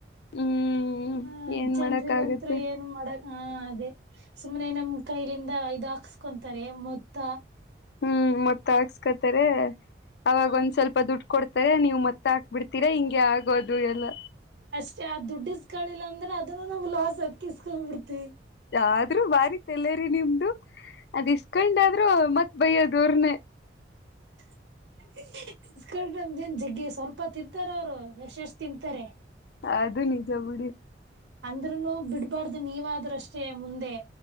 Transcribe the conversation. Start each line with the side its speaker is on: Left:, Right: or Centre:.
Left: ಹ್ಮ್
Right: ಹ
Left: ಏನ್
Right: ಜನ್ರಿಗಂತರು
Left: ಮಾಡಕ್ ಆಗತ್ತೆ
Right: ಏನು ಮಾಡಕ್ <unintelligible> ಹಾ ಅದೇ ಸುಮ್ಮ್ನೆ ನಮ ಕೈಲಿಂದ ಇದು ಹಾಕ್ಸ್ಕೊಂತಾರೆ ಮೊತ್ತ
Left: ಹ್ಮ್ ಮತ್ತ ಹಾಕ್ಸ್ಕತಾರೆ ಅವಾಗ
Right: ಹ
Left: ಒಂದ್ ಸ್ವಲ್ಪ ದುಡ್ ಕೊಡ್ತಾರೆ ನೀವ್ ಮತ್ತ ಹಾಕ್ಬಿಡ್ತೀರಾ ಹಿಂಗೆ ಆಗೋದು ಎಲ್ಲ
Right: ಏ ದುಡ್ಡು ಇಸಕಳಿಲ್ಲ ಅಂದ್ರೆ ಅದನು ನಾವು ಲಾಸ್ ಅದ್ಕ ಇಸ್ಕೊಂಡ್ ಬಿಡ್ತಿವಿ
Left: ಆದ್ರೂ ಬಾರಿ ತಲೆ ರಿ ನಿಮ್ದು ಅದ್ ಇಸ್ಕೊಂಡಾದ್ರು ಮತ್ ಬೈಯ್ಯದೂರ್ನೆ
Right: <unintelligible> ಇಕೊಂಡ ನಮ್ದೇನ್ ಜಗ್ಗಿ ಸ್ವಲ್ಪ ತಿಂತಾರ ಅವ್ರು ಎಷ್ಟ್ ಎಷ್ಟ ತಿಂತಾರೆ <unintelligible>
Left: ಅದು ನಿಜ ಬಿುಡಿ
Right: ಅಂದ್ರೂನು ಬಿಡ್ಬಾರ್ದು ನೀವಾದ್ರಷ್ಟೇ ಮುಂದೆ